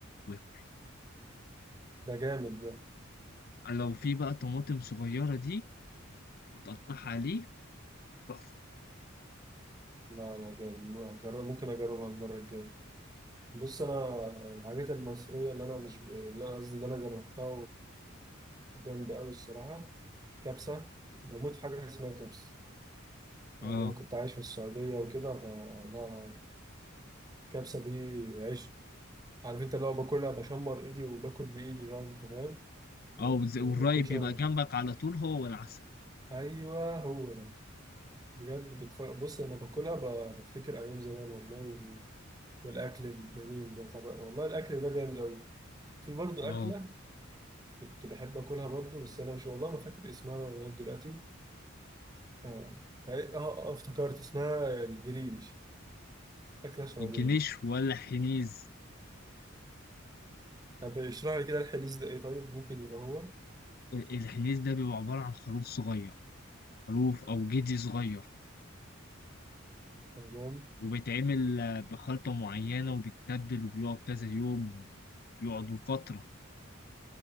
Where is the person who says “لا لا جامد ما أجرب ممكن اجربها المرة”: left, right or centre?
Right